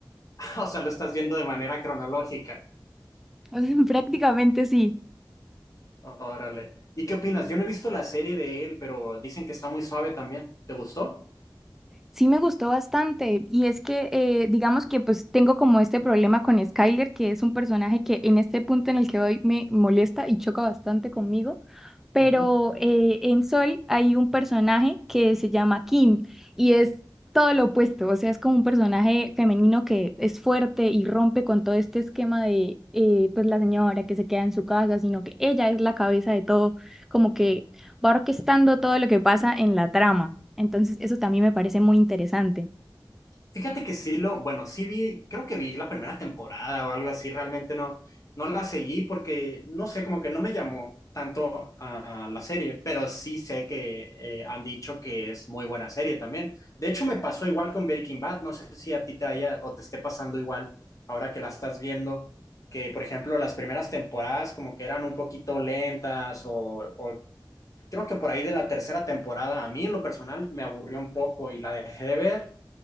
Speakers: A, on the left; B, in the centre.
A: <laughs> o sea, lo estás viendo de manera cronológica.
B: <laughs> Prácticamente sí.
A: Órale. ¿Y qué opinas? Yo no he visto la serie de él, pero dicen que está muy suave también. ¿Te gustó?
B: Sí me gustó bastante y es que eh, digamos que pues tengo como este problema con Skyler, que es un personaje que en este punto en el que hoy me molesta y choca bastante conmigo pero
A: Ujú.
B: eh, en Sol hay un personaje que se llama Kim y es todo lo opuesto, o sea, es como un personaje femenino que es fuerte y rompe con todo este esquema de eh, pues la señora que se queda en su casa, sino que ella es la cabeza de todo, como que va orquestando todo lo que pasa en la trama. Entonces, eso también me parece muy interesante.
A: Fíjate que sí lo, bueno, sí vi, creo que vi la primera temporada o algo así, realmente no, no la seguí porque, no sé, como que no me llamó tanto a la serie, pero sí sé que eh, han dicho que es muy buena serie también. De hecho, me pasó igual con Breaking Bad, no sé si a ti te haya o te esté pasando igual ahora que la estás viendo, que por ejemplo las primeras temporadas como que eran un poquito lentas o, o creo que por ahí de la tercera temporada, a mí en lo personal me aburrió un poco y la dejé de ver